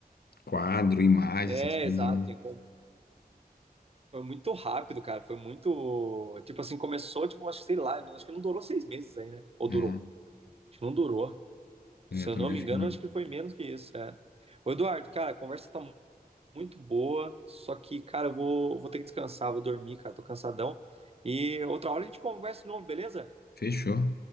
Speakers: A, on the left; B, on the right.
A: Quadro, imagem,
B: É,
A: essas coisas,
B: exato.
A: né?
B: Quem com- Foi muito rápido, cara. Foi muito. Tipo assim, começou, tipo, acho que sei lá, não- acho que não durou seis meses aí, né? Ou
A: É,
B: durou? Acho que não durou. Se
A: eu
B: eu
A: também
B: não me
A: acho
B: engano,
A: que não.
B: acho que foi menos que isso, é. Ô, Eduardo, cara, a conversa tá mu- muito boa, só que, cara, eu vou, vou ter que descansar, vou dormir, cara, tô cansadão. E outra hora a gente conversa de novo, beleza?
A: Fechou.